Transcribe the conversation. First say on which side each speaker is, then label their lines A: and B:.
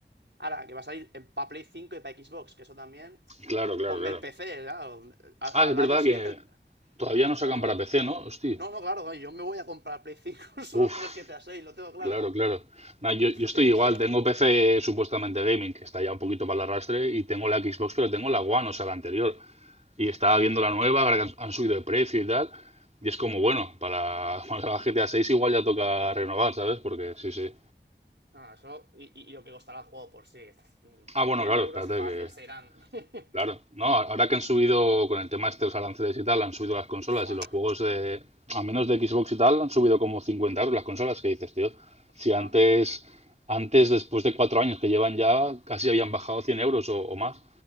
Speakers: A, on the right (about 75°); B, on the right (about 35°).
A: Ahora, que va a salir para Play 5 y para Xbox, que eso también.
B: Claro, claro,
A: Ponme
B: claro.
A: el PC, claro. Al,
B: Ah,
A: al
B: es verdad
A: año siguiente.
B: que
A: el-
B: todavía no sacan
A: Claro, claro.
B: para PC, ¿no? Hostia.
A: No, no, claro, yo me voy a comprar Play 5 <laughs> solo
B: Uf.
A: por el GTA 6, lo tengo claro.
B: Claro, claro. Nah, yo, yo estoy
A: Sí,
B: igual,
A: sí.
B: tengo PC supuestamente gaming, que está ya un poquito para el arrastre, y tengo la Xbox, pero tengo la One, o sea, la anterior. Y estaba
A: Hostia.
B: viendo la nueva, ahora que han, han subido
A: Mm.
B: de precio y tal, y es como, bueno, para <laughs> cuando salga GTA 6 igual ya toca renovar, ¿sabes? Porque sí, sí.
A: Ah, eso. Y, y- lo que costará el juego por sí.
B: Ah, bueno,
A: 100
B: claro,
A: euros
B: espérate
A: fácil
B: que...
A: serán. <laughs>
B: Claro, no, ahora que han subido con el tema este de estos aranceles y tal, han subido las consolas
A: Fua.
B: y los juegos de, a menos de Xbox y tal, han subido como 50 euros las consolas que dices, tío.
A: Hostia.
B: Si antes, antes, después de cuatro años que llevan ya, casi habían bajado 100 euros o, o más,